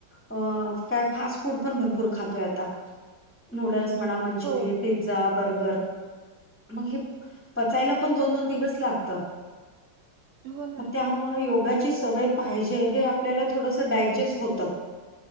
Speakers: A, in the centre; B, on the right.
A: अ काय फास्ट फूड पण भरपूर खातोय आता नूडल्स म्हणा मंचुरिय
B: हो.
A: पिझ्झ पिझ्झा बर्गर मग हे पचायला पण दोन दोन दिवस लागत.
B: हो ना
A: मग त्यामुळ योगाची सवय पाहिजे हे आपल्याला थोडस डायजेस्ट होत.